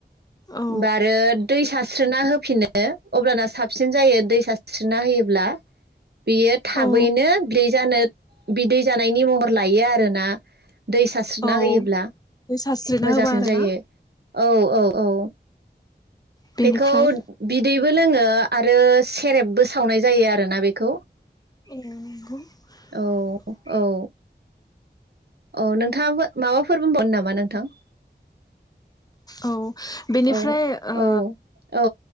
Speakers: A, on the left; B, on the right.
A: औ
B: बा आरो दै सा स्रिना होफिनो अब्लाना साबसिन जायो दैसा सास्रिना होयोब्ला। बेयो थाबैनो
A: औ
B: ब्रै जानो बिदै जानायनि महर लायो आरोना। दै सारास्रिना
A: औ
B: होयोब्ला
A: दै सारस्रिना
B: मोजांसिन
A: होबा आरोना
B: जायो औ औ औ
A: बेनिफ्राय
B: बेखौ बि दैबो लोङो आरो सेरेबबो सावनाय जायो आरोना बेखौ।
A: <inaudible>
B: औ औ। औ नोंथाङा माबाफोर बुंबावनो नामा नोंथां?
A: औ बेनिफ्राय
B: औ
A: ओ
B: औ औ